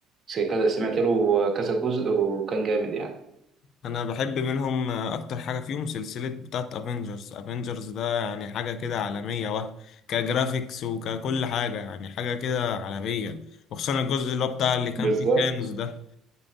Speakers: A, on the right; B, on the left.
A: زي كذا سمعت له كذا جزء وكان جامد يعني
B: انا بحب منهم آه، اكتر حاجه فيهم سلسله بتاعت افنجرز افنجرز ده يعني حاجه كده عالميه وه كجرافيكس وككل حاجه يعني حاجه كده عالميه وخصوصا الجزء اللي هو بتاع اللي كان
A: بالظبط
B: فيه ثانوس ده